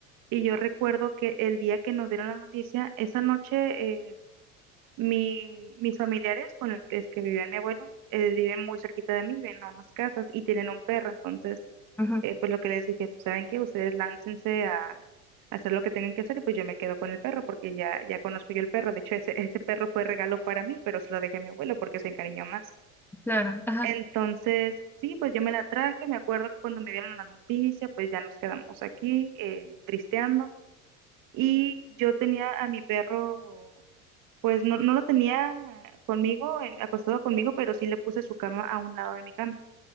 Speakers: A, on the right; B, in the centre.
A: y yo recuerdo que el día que nos dieron la noticia, esa noche eh, mi- mis familiares con el que, es que vivía mi abuelo, eh, viven muy cerquita de mí, viven a unas casas y tienen un perro, entonces
B: ujú,
A: eh, pues lo que les dije, pues saben que ustedes láncense a, a hacer lo que tengan que hacer y pues yo me quedo con el perro porque ya, ya conozco yo el perro. De hecho, ese, ese perro fue regalo para mí, pero se lo dejé a mi abuelo porque se encariñó más.
B: Claro, ajá.
A: Entonces, sí, pues yo me la traje. Me acuerdo que cuando me dieron la noticia, pues ya nos quedamos aquí eh, tristeando. Y yo tenía a mi perro, pues no, no lo tenía conmigo, en- acostado conmigo, pero sí le puse su cama a un lado de mi cama.